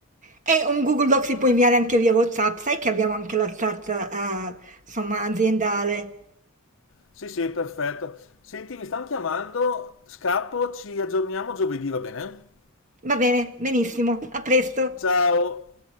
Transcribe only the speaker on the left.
Sì, sì, perfetto. Senti, mi stanno chiamando, scappo, ci aggiorniamo giovedì, va bene?
Ciao!